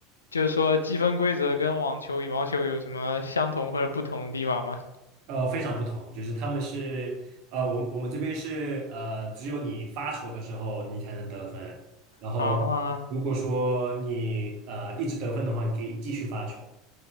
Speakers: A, on the left; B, on the right.
A: 就是说积分规则跟网球、羽毛球有什么相同或者不同的地方吗？
B: 呃，非常不同，就是他们是呃，我我们这边是呃，只有你发球的时候你才能得分，然后如果说你呃一直得分的话，
A: 啊
B: 你可以继续发球。